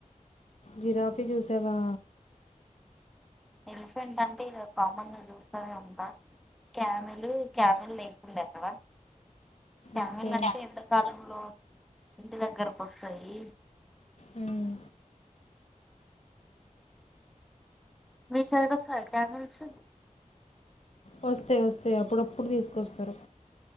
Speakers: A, on the left (about 55°); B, in the centre.
A: జిరాఫీ చూసావా
B: ఎలిఫెంట్ అంటే ఇ కామన్ గా చూస్తూనే ఉంటా క్యామెల్ క్యామెల్ లేకుడా ఎక్కడ క్యామెల్
A: ఓకే
B: అంటే ఎండకాలంలో ఇంటి దగ్గరకు వస్తాయి
A: మ్మ్.
B: మీ సైడ్ వస్తాయా క్యామిల్స్
A: వస్తాయి వస్తాయి అప్పుడప్పుడు తీసుకొస్తారు